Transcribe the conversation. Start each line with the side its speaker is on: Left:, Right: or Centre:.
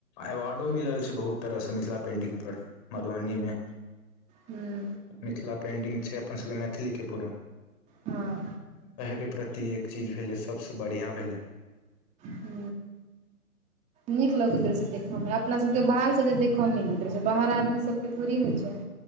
Left: अवार्डो मिलल छै बहुत तरह सँ मिथिला पेंटिंग पर मधुबनी मे
Right: हू
Left: मिथिला पेन्टिंग छै अपन सभ के मैथिली के पूरा।
Right: हँ
Left: उएहके प्रति एक चीज भेलै सभ से बढ़िआँ भेलै।
Right: हु नीक लगैत रहै छै देखऽमे अपना सबके बाहरसँ जे देखऽमे नहि लैत रहै छै बाहर आदमी सबके थोड़ी होइत छै।